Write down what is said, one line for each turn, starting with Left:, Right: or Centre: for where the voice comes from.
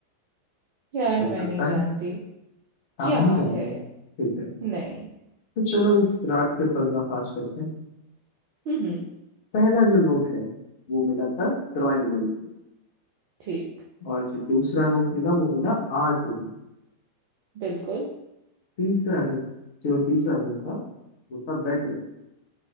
Right: यार
Left: हो
Right: मैं
Left: सकता
Right: नहीं जानती
Left: है
Right: क्या
Left: आप नहीं जानते
Right: है
Left: ठीक है
Right: नहीं
Left: तो चलो इस रात से पर्दाफाश करते हैं
Right: हम्म
Left: पहला जो नोट है वो मिला था ड्राइंग रूम में
Right: ठीक
Left: और जो दूसरा नोट मिला वो मिला आर्ट रूम में
Right: बिल्कुल
Left: तीसरा रूम जो तीसरा रूम था वो था बेडरूम